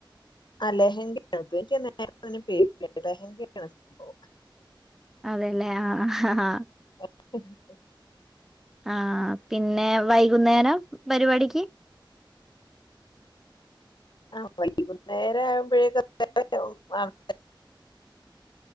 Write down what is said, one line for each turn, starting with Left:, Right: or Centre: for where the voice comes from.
Left: ആഹ് ലഹങ്കണ <inaudible> ലഹങ്കാണ് സംഭവം.
Centre: അതെല്ലേ ആഹ് ആഹ്.
Left: <inaudible>
Centre: ആ ആ പിന്നെ വൈകുന്നേരം പരിപാടിക്ക്
Left: ആഹ് വൈകുന്നേര ആവുമ്പോഴേക്ക് <inaudible>